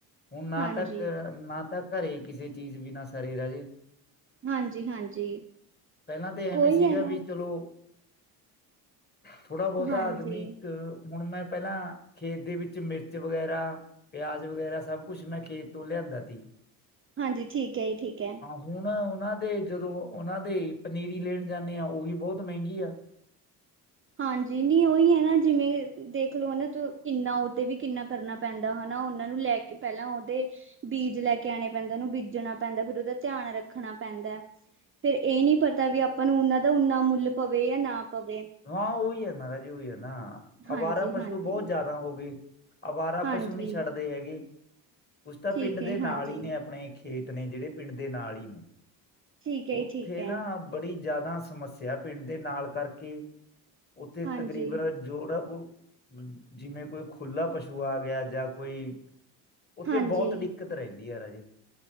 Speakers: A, on the left; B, on the right.
A: ਹੁਣ ਨਾ
B: ਹਾਂਜੀ
A: ਤਾਂ ਨਾ ਤਾਂ ਘਰੇ ਕਿਸੇ ਚੀਜ਼ ਬਿਨਾ ਸਰੇ ਰਾਜੇ।
B: ਹਾਂਜੀ ਹਾਂਜੀ
A: ਪਹਿਲਾਂ ਤਾਂ ਐਵੇਂ
B: ਉਹੀ
A: ਸੀਗਾ
B: ਹੈ ਨਾ
A: ਵੀ ਚਲੋ ਥੋੜਾ ਬਹੁਤਾ
B: ਹਾਂਜੀ
A: ਆਦਮੀ, ਇਕ ਹੁਣ ਮੈਂ ਪਹਿਲਾ ਖੇਤ ਦੇ ਵਿੱਚ ਮਿਰਚ ਵਗੈਰਾ, ਪਿਆਜ ਵਗੈਰਾਸਭ ਕੁਛ ਮੈਂ ਖੇਤ ਤੋਂ ਲਿਆਂਦਾ ਸੀ।
B: ਹਾਂਜੀ। ਠੀਕ ਹੈ ਜੀ, ਠੀਕ ਹੈ।
A: ਹੁਣ ਉਹਨਾਂ ਦੇ ਜਦੋਂ ਉਹਨਾਂ ਦੇ ਪਨੀਰੀ ਲੈਣ ਜਾਂਦੇ ਆਂ ਉਹੀ ਬਹੁਤ ਮਹਿੰਗੀ ਆ।
B: ਹਾਂਜੀ। ਨੀ ਉਹੀ ਹੈ ਨਾ, ਜਿਵੇਂ ਦੇਖਲੋ ਨਾ ਤ ਕਿੰਨਾ ਉਹਤੇ ਵੀ ਕਿੰਨਾ ਕਰਨਾ ਪੈਂਦਾ ਹਨਾ। ਉਹਨਾਂ ਨੂੰ ਲੈ ਕੇ ਪਹਿਲਾਂ ਉਹਦੇ ਬੀਜ ਲੈ ਕੇ ਆਉਣੇ ਪੈਂਦੇ, ਉਹਨੂੰ ਬੀਜਣਾ ਪੈਂਦਾ ਫੇਰ ਉਹਦਾ ਧਿਆਨ ਰੱਖਣਾ ਪੈਂਦਾ। ਤੇ ਇਹ ਨੀ ਪਤਾ ਵੀ ਆਪਾਂ ਨੂੰ ਉਨਾਂ ਦਾ ਉਨਾ ਮੁੱਲ ਪਵੇ ਜਾਂ ਨਾ ਪਵੇ।
A: ਹਾਂ, ਉਹੀ ਹੈ ਨਾ ਰਾਜੇ ਉਹੀ ਹੈ ਨਾ,
B: ਹਾਂਜੀ
A: ਅਵਾਰਾ ਪਸ਼ੂ
B: ਹਾਂਜੀ
A: ਬਹੁਤ ਜਿਆਦਾ ਹੋ ਗਏ। ਅਵਾਰਾ ਪਸ਼ੂ
B: ਹਾਂਜੀ
A: ਨੀ ਛੱਡਦੇ ਹੈਗੇ। ਕੁਛ ਤਾਂ
B: ਠੀਕ
A: ਪਿੰਡ ਦੇ
B: ਹੈ
A: ਨਾਲ
B: ਹਾਂਜੀ
A: ਹੀ ਨੇ ਅਪਣੇ ਖੇਤ ਨੇ ਜਿਹੜੇ ਪਿੰਡ ਦੇ ਨਾਲ ਹੀ।
B: ਠੀਕ ਹੈ
A: ਉੱਥੇ
B: ਜੀ ਠੀਕ ਹੈ
A: ਨਾ ਬੜੀ ਜਿਆਦਾ ਸਮੱਸਿਆ ਪਿੰਡ ਦੇ ਨਾਲ ਕਰਕੇ, ਉੱਥੇ
B: ਹਾਂਜੀ
A: ਤਕਰੀਬਨ ਜੋੜ ਆ ਔ, ਜਿਵੇਂ ਕੋਈ ਖੁਲਾ ਪਸੂ ਆ ਗਿਆ ਜਾਂ ਕੋਈ ਉੱਥੇ
B: ਹਾਂਜੀ
A: ਬਹੁਤ ਦਿੱਕਤ ਰਹਿੰਦੀ ਹੈ ਰਾਜੇ।